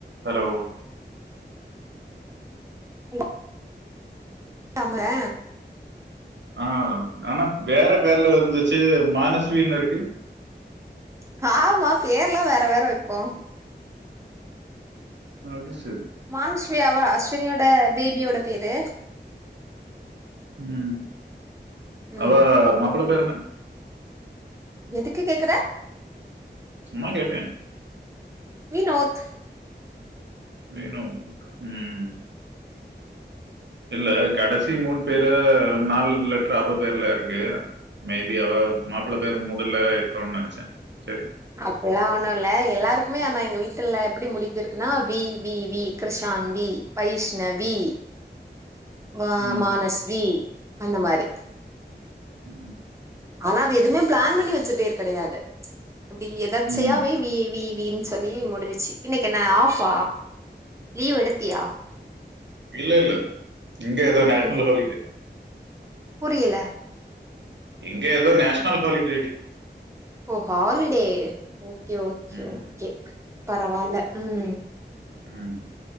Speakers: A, on the right; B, on the right.
A: Hello
B: hello Thamarai
A: ஆஹ் ஆனா பேரன் பேர்ல வருது ச்சு மானஸ்வீனு இருக்கு
B: காமா பேர்லா வேற வேற வைப்போ
A: அது செ
B: மானுஷ்வியாவா அஷ்வினியோட பேபியோட பேரு
A: ம்
B: ம்
A: அவ மாப்புள பேரென்ன
B: எதுக்கு கேக்குற
A: சும்மா கேட்டே
B: வினோத்
A: வினோத் ம் இல்ல கடசி மூண் பேரு நால் லெட்ரு அவ பேர்ல இருக்கு மேபி அவ மாப்புள பேர் முதல்ல இரு க்கோன் நெனச்சே செரி
B: அப்புல்லா ஒன்னு இல்ல எல்லாருக்குமே ஆனா எங்க வீட்டுல எப்புடி முடிந்திருக்குனா வி வி வி கிருஷான் வி வைஷ்ணவி வ
A: ம்
B: மானஸ்வி அந்த மாரி
A: ம்
B: ஆனா அது எதுவ்மே பிளான் பண்ணி வச்ச பேர் கெடையாது அப்டி எதர்ச்சையாவே
A: ம்.
B: வி வி வி ன் சொல்லி முடுஞ்சிச்சு இன்னைக்கென்ன ஆஃபா லீவ் எடுத்தியா?
A: இல்லெல்ல இங்க எதோ நேஷ்னல்‌
B: ம்
A: ஹாலிடே
B: புரியல
A: இங்க எதோ நேஷ்னல் ஹாலிடே டி
B: ஓ ஹாலிடே ஓ கே ஓகே
A: ம்
B: ஓகே பரவால்ல ம்
A: ம்